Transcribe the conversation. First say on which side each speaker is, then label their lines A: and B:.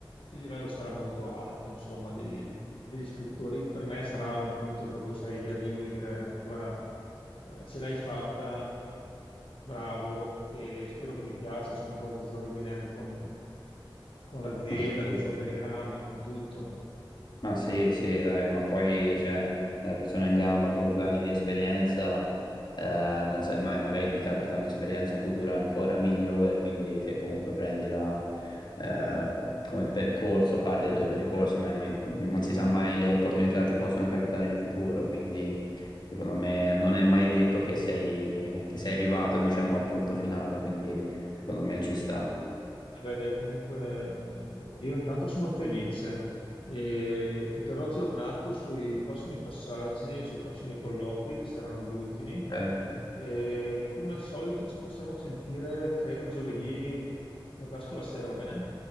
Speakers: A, on the left; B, on the left.
A: il livello sarà molto alto, insomma, di- degli scrittori. Per me sarà un punto proprio, sai, di arrivo di dire, guarda, eh, ce l'hai fatta, bravo, e spero che mi piaccia, insomma, mi trovo- mi trovi bene anche con, con l'azienda,
B: Ma sì.
A: col suo organigramma, con tutto.
B: Ma sì, sì, dai, ma poi, cioè, se una persona è in gamba comunque ha anni di esperienza, eh, non sai mai, magari ti capita un'esperienza futura ancora migliore, quindi se comunque prendi la, eh, co- come percorso, parte del tuo percorso, non hai mai- non si sa mai le opportunità che ti possono capitare in futuro, quindi secondo me non è mai detto che sei, che sei arrivato, diciamo, al punto finale, quindi secondo me ci sta.
A: Vabbè, dai, comunque, boh, io intanto sono felice e ti terrò aggiornato sui prossimi passaggi e sui prossimi colloqui che saranno gli ultimi.
B: Eh,
A: E come al solito ci possiamo sentire, credo, giovedì eh, verso la sera, va bene?